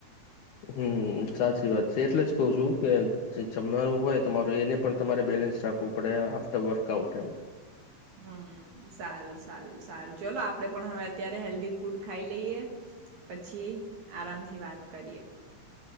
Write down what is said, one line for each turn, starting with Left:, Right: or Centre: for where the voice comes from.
Left: હમ સાચી વાત છે એટલે જ કહ છું કે જે જમવાનું હોય તમારું એને પણ તમારે બેલેન્સ રાખવું પડે આફ્ટર વર્કઆઉટ એમ.
Right: હમ સારું સારું સારું ચલો આપડે પણ હવે અત્યારે હેલ્ધી ફૂડ ખાઈ લઈએ પછી આરામથી વાત કરીએ.